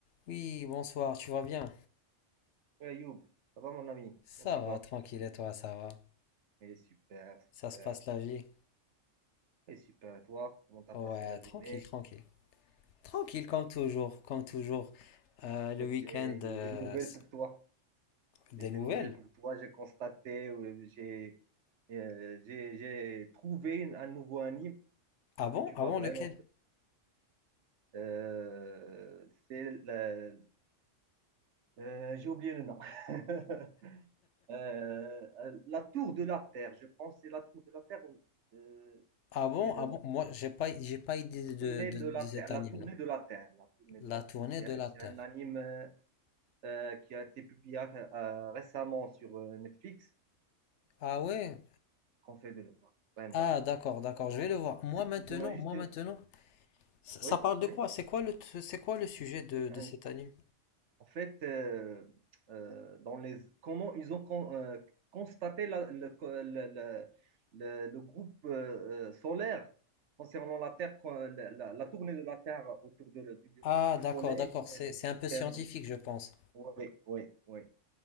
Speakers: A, on the left; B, on the right.
A: Oui, bonsoir, tu vas bien?
B: Ouais, Youb, ça va mon ami?
A: Ça
B: Comment tu
A: va,
B: vas?
A: tranquille, et toi, ça va?
B: Eh, super,
A: Ça
B: super.
A: se passe la vie?
B: Eh, super, et toi? Comment t'as
A: Ouais,
B: passé la
A: tranquille,
B: journée?
A: tranquille. Tranquille, comme toujours, comme toujours. Euh,
B: En fait,
A: le week-end,
B: j'ai
A: euh,
B: j'ai des nouvelles
A: s-
B: pour toi.
A: des
B: J'ai des
A: nouvelles?
B: nouvelles pour toi. J'ai constaté, euh, j'ai euh, j'ai j'ai trouvé une- un nouveau anime
A: Ah bon?
B: que tu
A: Ah
B: vas
A: bon,
B: vraiment.
A: lequel?
B: Euh, c'est le- euh, j'ai oublié le nom. <laughs> Euh, la Tour de la Terre. Je pense que c'est la Tour de la Terre. ou- euh,
A: Ah
B: j'ai oublié
A: bon?
B: le
A: Ah
B: nom.
A: bon? Moi, j'ai pas, j'ai pas idée de,
B: Tournée
A: de,
B: de
A: de
B: la Terre,
A: cet
B: la
A: anime-là.
B: tournée de la Terre, la tournée
A: La
B: de la
A: tournée
B: Terre. C'est
A: de
B: un,
A: la
B: c'est
A: Terre.
B: un anime euh, euh, qui a été publié euh, récemment sur euh, Netflix.
A: Ah ouais?
B: Je conseille de le voir, vraiment.
A: Ah, d'accord, d'accord, je vais le voir. Moi,
B: Je te
A: maintenant,
B: donne juste
A: moi,
B: une-
A: maintenant, ça, ça
B: Oui,
A: parle de
B: oui.
A: quoi? C'est quoi le, t- c'est quoi le sujet de,
B: Mais,
A: de
B: euh,
A: cet anime?
B: En fait, euh, euh, dans les... comment ils ont con- euh, constaté la- le, co- le- le- le- le groupe euh, euh, solaire concernant la Terre, quand la, la- la tournée de la Terre autour de, le- du, du-
A: Ah,
B: du
A: d'accord,
B: Soleil,
A: d'accord, c'est,
B: et le
A: c'est
B: système.
A: un peu scientifique, je pense.
B: Oui, oui, oui,